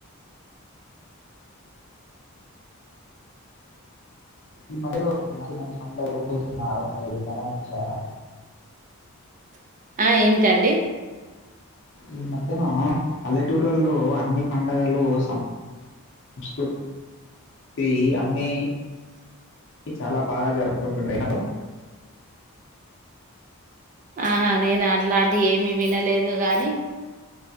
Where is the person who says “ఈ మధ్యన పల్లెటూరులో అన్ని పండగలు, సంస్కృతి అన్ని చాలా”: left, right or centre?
Left